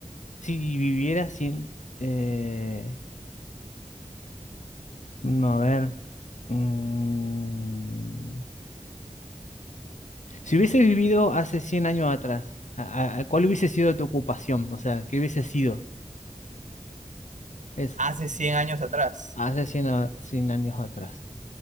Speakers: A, on the left (about 75°); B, on the right (about 75°).
A: si vivieras sin, eh, no, a ver, mm, si hubieses vivido hace 100 años atrás, a- a- ¿cuál hubiese sido tu ocupación? O sea, ¿qué hubiese sido eso?
B: Hace 100 años atrás.
A: Hace cien a- 100 años atrás.